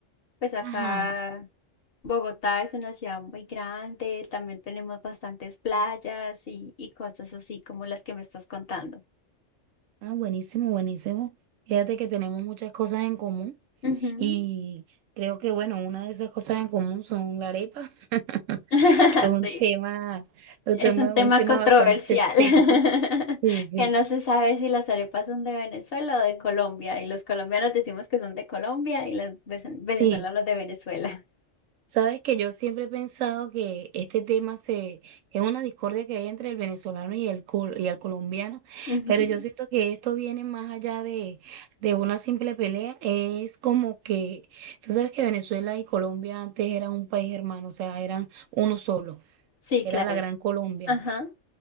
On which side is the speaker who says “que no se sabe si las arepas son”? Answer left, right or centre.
Left